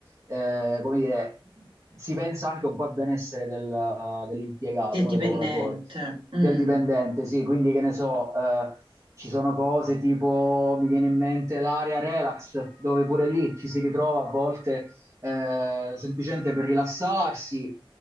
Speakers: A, on the right (about 35°); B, on the right (about 70°).
A: eh, come dire, si pensa anche un po' al benessere del- dell'impiegato,
B: del
A: no,
B: dipendente.
A: Del lavoratore
B: Mm,
A: del dipendente, sì, quindi che ne so, eh, ci sono cose tipo, mi viene in mente l'area relax, dove pure lì ci si ritrova a volte eh, semplicemente per rilassarsi,